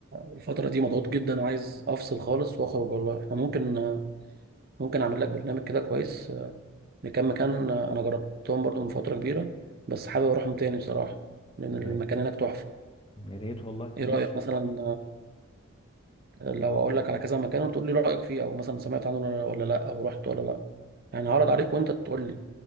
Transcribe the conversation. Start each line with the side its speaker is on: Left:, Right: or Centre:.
Right: الفتره دي مضغوط جدا وعايز افصل خالص واخرج والله احنا ممكن ممكن اعمل لك برنامج كده كويس لكام مكان انا جربتهم برضو من فتره كبيره بس حابب اروحهم تاني بصراحه لان المكان
Left: يا
Right: هناك تحفه
Left: يا ريت والله
Right: ايه
Left: ماشي
Right: رايك مثلا لو اقول لك على كذا مكان وتقول لي رايك فيه او مثلا سمعت عنه ولا ولا لا او رحت ولا لا يعني هعرض عليك وانت تقول لي